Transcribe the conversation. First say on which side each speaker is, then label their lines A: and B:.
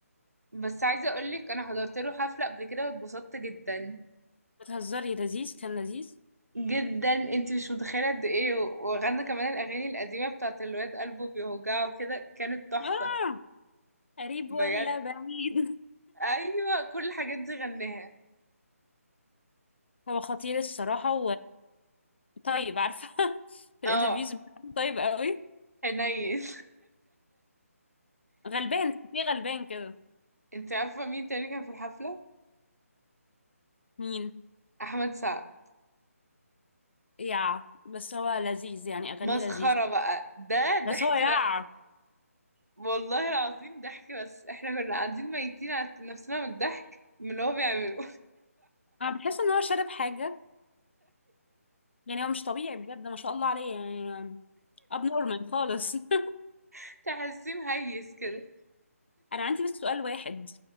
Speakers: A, on the right; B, on the left.
A: بس عايزة اقولك انا حضرت له حفلة قبل كده واتبسطت جدا
B: بتهزري لذيذ كان لذيذ
A: جدا انت مش متخيلة قد ايه و- وغنى كمان الاغاني القديمة بتاعت الواد قلبه بيوجعه كده كانت تحفة
B: اه قريب
A: بجد
B: ولا بعيد
A: ايوه كل الحاجات دي غناها
B: <laughs> هو خطير الصراحة وطيب عارفة <laughs> في
A: اه
B: الانترفيوز بتاعته طيب قوي
A: حنين
B: غلبان في غلبان كده
A: <laughs> انت عارفة مين تاني كان في الحفلة
B: مين
A: احمد سعد
B: يع بس هو لذيذ يعني اغانيه
A: مسخرة
B: لذيذة
A: بقى ده
B: بس
A: ضحك
B: هو يع
A: والله العظيم ضحك بس احنا كنا قاعدين ميتين على نفسنا من الضحك من اللي هو بيعمله
B: انا بحس ان هو شارب حاجة يعني هو مش طبيعي بجد ما شاء الله عليه يعني اب نورمال خالص <laughs>
A: <laughs> تحسيه مهيس كده
B: انا عندي بس سؤال واحد